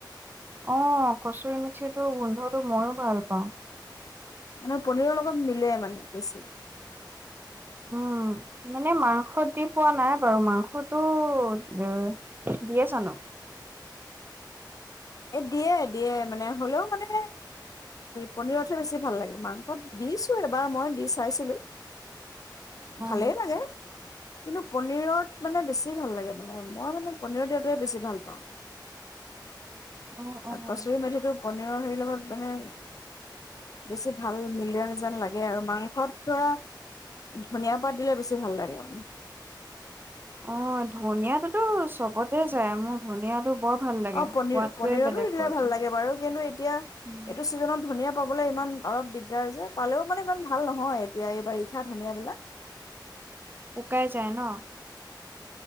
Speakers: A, on the right; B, on the left.
A: অ কচুৰি মিঠিটো গোন্ধটো মইও ভাল পাওঁ।
B: মানে পনীৰৰ লগত মিলে মানে বেছি।
A: উম। মানে মাংস দি পোৱা নাই বাৰু মাংসটো এ দিয়ে জানো?
B: এ দিয়ে দিয়ে মানে হ'লেও মানে পনীৰতহে বেছি ভাল লাগে মাং <unintelligible> দিছো এবাৰ মই দি চাইছিলোঁ।
A: অ',
B: ভালেই লাগে, কিন্তু পনিৰত মানে বেছি বেছি ভাল লাগে মানে মই মানে পনীৰত দিয়াটোৱে বেছি ভাল পাওঁ।
A: অ', অ'।
B: কচুৰি মেথিটো পনীৰৰ হেৰি লগত মানে বেছি ভাল মিলি যায় যেন লাগে আৰু মাংসত ধৰা ধনীয়া পাত দিলে বেছি ভাল লাগে মানে।
A: অ' ধনীয়াটোতো চবতে যায়, মোৰ ধনীয়াটো বৰ ভাল লাগে।
B: অ' পনীৰ
A: সোৱাদটোৱে
B: পনীৰটো
A: বেলেগ
B: দিলে
A: কৰি
B: ভাল
A: দিয়ে,
B: লাগে বাৰু। কিন্তু এতিয়া
A: উম,
B: এইটো চিজনত ধনীয়া পাবলে ইমান অলপ দিগদাৰ যে পালেও মানে ইমান ভাল নহয় এতিয়া এই বাৰিষাৰ ধনীয়া বিলাক।
A: শুকাই যায় ন।